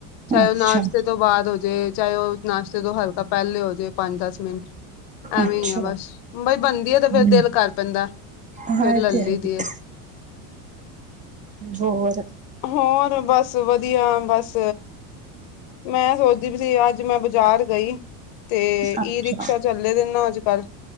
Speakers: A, on the left (about 60°); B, on the right (about 15°).
A: ਚਾਹੇ
B: ਅੱਛਾ
A: ਓ ਨਾਸ਼ਤੇ ਤੋਂ ਬਾਦ ਹੋਜੇ, ਚਾਹੇ ਓ ਨਾਸ਼ਤੇ ਤੋਂ ਹਲਕਾ ਪੈਹਲੇ ਹੋਜੇ, ਪੰਜ, ਦਸ ਮਿੰਟ ਐਵੇਂ
B: ਅੱਛਾ
A: ਈ ਆ ਬਸ, ਬਾਈ ਬਣਦੀ ਆ, ਤੇ ਫੇਰ
B: ਹਮ
A: ਦਿਲ ਕਰ ਪੈਂਦਾ
B: ਹਾਂ
A: ਫੇਰ ਲੈ
B: ਇਹ ਤੇ
A: ਲਈ
B: ਹੈ ਹੀ
A: ਦੀ ਆਂ।
B: ਹੋਰ
A: ਹੋਰ ਬਸ ਵਧੀਆ, ਬਸ ਮੈਂ ਸੋਚਦੀ ਪੀ ਸੀ, ਅੱਜ ਮੈਂ ਬਾਜ਼ਾਰ ਗਈ ਤੇ
B: ਅੱਛਾ
A: ਈ ਰਿਕਸ਼ਾ ਚੱਲੇ, ਦੇ ਨਾ ਅੱਜ ਕੱਲ੍ਹ